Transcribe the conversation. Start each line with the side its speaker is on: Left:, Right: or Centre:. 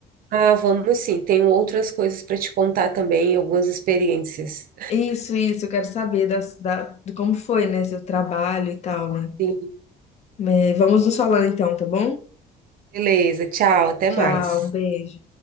Right: Ah, vamos sim. Tenho outras coisas para te contar também, algumas experiências.
Left: Isso, isso, eu quero saber das, da, de como foi, né, seu trabalho e tal, né?
Right: Sim.
Left: É, Vamos nos falando então, tá bom?
Right: Beleza, tchau, até
Left: Tchau,
Right: mais.
Left: um beijo.